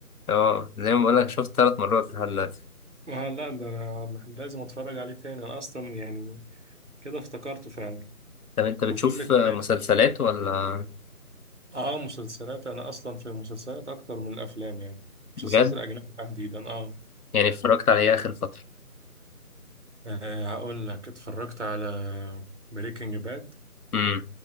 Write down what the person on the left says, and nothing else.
اه زي ما بقولك شفت ثلاث مرات لحد دلوقتي
طب أنت بتشوف
مسلسلات ولا
بجد
يعني اتفرجت على إيه آخر فترة
امم